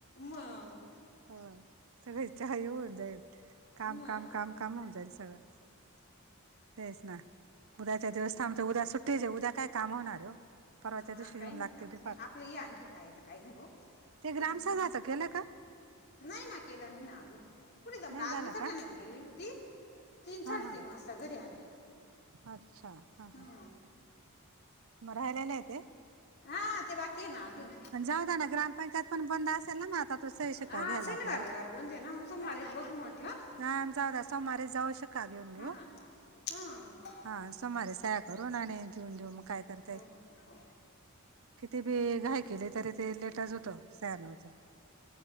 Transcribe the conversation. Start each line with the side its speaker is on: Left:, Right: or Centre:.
Left: मग
Right: हो. सगळे चाय होवून जाईल. काम
Left: मग
Right: काम काम होवून जाइल सगळ. तेच ना, उद्याच्या दिवस थांबतो. उद्या सुट्टीच ये. उद्या काय काम होणार हाय ओ? परवाच्या
Left: हा
Right: दिवशी येवून
Left: काही नाही
Right: लागतेत
Left: काम नाही आपलं या आणखी काय येत काही नाही बो,
Right: ते
Left: त्याच्यामुळेच
Right: ग्रामसंघाचं
Left: मग
Right: केलं का
Left: नाही ना, केला नाही ना अजून, कुठे जमला
Right: नाही झालं
Left: आज मी सटानेत
Right: का
Left: गेलेली होती. तीन,
Right: हा
Left: साडेतीन
Right: हा हा.
Left: वासता घरी आले.
Right: अच्छा, हा
Left: हं.
Right: हा. म ऱ्हायलेला ये ते?
Left: हा ते, बाकी ये ना अजून.
Right: जाऊद्या ना, ग्राममपंचायत पण बंद असेल ना, मग आता. तो सही शिक्का
Left: आ
Right: घ्यायला
Left: शनिवार,
Right: आपल्याला
Left: रविवार बंद आहे ना, मग सोमवारीच बघू म्हटला.
Right: हा जाऊ द्या. सोमारी जाऊ, शीका घेऊन घेऊ.
Left: हां हां
Right: हा सोमारी सया करून आणि ठेऊन घेवू, म काय करताय.
Left: हो हो हो
Right: किती बी
Left: चा
Right: घाय केली, तरी ते लेटच होतो सयानू चा